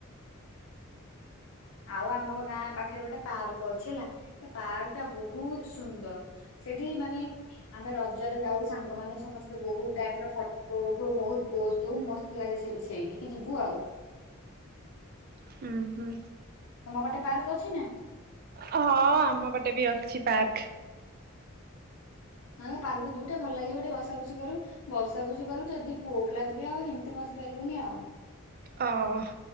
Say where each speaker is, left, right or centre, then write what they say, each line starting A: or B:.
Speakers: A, on the left; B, on the right.
A: ଆଉ ଆମ ଗାଁ ପାଖରେ ଗୋଟେ ପାର୍କଅଛି ହେଲା ସେ ପାର୍କଟା ବହୁତ ସୁନ୍ଦର। ସେଇଠି ମାନେ ଆମେ ରଜରେ ଯାଉ ସାଙ୍ଗମାନେ ସମସ୍ତେ ବହୁତ ଟାଇପ ର ଫଟୋ ଉଠଉ, ବହୁତ ପୋଜ ଦୋଉ ମସ୍ତ୍ ଲାଗେ ସେଠି ସେଇଠିକି ଯିବୁ ଆଉ।
B: ହୁଁ ହୁଁ।
A: ତମ ପଟେ ପାର୍କ ଅଛି ନା?
B: ହଁ ଆମ ପଟେ ବି ଅଛି ପାର୍କ।
A: ହଁ ପାର୍କକୁ ଯିବୁ ଟିକେ ଭଲ ଲାଗିବ ଟିକେ ବସାବସି କରିବୁ। ବସାବସି କରିବୁ ଯଦି ପୁଅ ପିଲା ଥିବେ ଆଉ ହେମିତି୍ ବସିି ପାରିବୁନି ଆଉ।
B: ଅହ